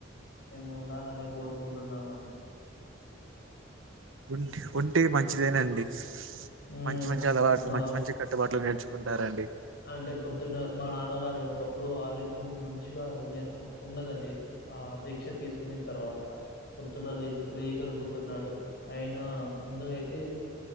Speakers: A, on the left; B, on the right.
A: మేము ఉండాలని కోరుకుంటున్నామండి
B: ఉంటి ఉంటే మంచిదేనండి
A: హ్మ్
B: మంచి మంచి అలవాట్లు
A: మా
B: మంచి మంచి కట్టుబాట్లు నేర్చుకుంటారండి
A: అంటే పొద్దున్న మా నాన్నగారికి ఒకప్పుడు ఆరోగ్యం మంచిగా ఉన్నె ఉ ఉన్నదండి ఆ దీక్ష తీసుకొనిన తర్వాత పొద్దున లే లేయగలుగుతున్నాడు అయినా ముందరైతే